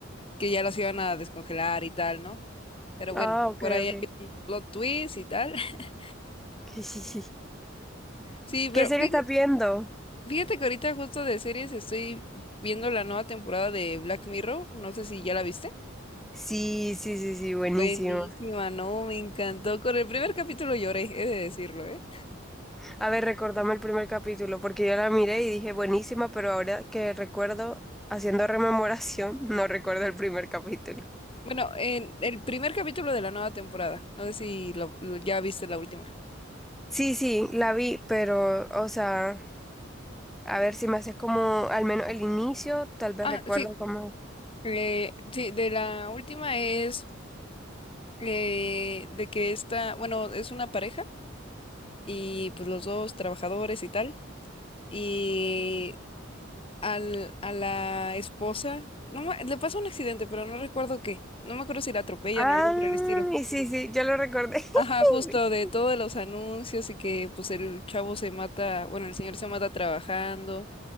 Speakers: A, on the left (about 30°); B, in the centre.
A: que ya los iban a descongelar y tal, ¿no? Pero bueno,
B: Ah, ok,
A: por ahí
B: ok.
A: hay un plot twist y tal. <laughs>
B: <laughs>
A: Sí, pero
B: ¿Qué serie
A: fíjate,
B: estás viendo?
A: fíjate que ahorita justo de series estoy viendo la nueva temporada de Black Mirror, no sé si ya la viste.
B: Sí, sí, sí, sí, buenísimo.
A: Buenísima, no, me encantó. Con el primer capítulo lloré, he de decirlo, ¿eh?
B: A ver, recordame el primer capítulo, porque yo la miré y dije buenísima, pero ahora que recuerdo, haciendo rememoración, <laughs> no recuerdo el primer capítulo.
A: Bueno, en el primer capítulo de la nueva temporada, no sé si lo- lo- ya viste la última.
B: Sí, sí, la vi, pero, o sea, a ver si me haces como al menos el inicio, tal vez
A: Ah,
B: recuerdo
A: sí,
B: como...
A: eh, sí, de la última es eh, de que esta, bueno, es una pareja y pues los dos trabajadores y tal, y al, a la esposa, no, me- le pasa un accidente, pero no recuerdo qué, no me acuerdo si la atropellan
B: Ah,
A: o algo por el estilo.
B: y sí, sí, yo lo recordé. <laughs>
A: Ajá, justo de todos los anuncios y que pues el chavo se mata, bueno, el señor se mata trabajando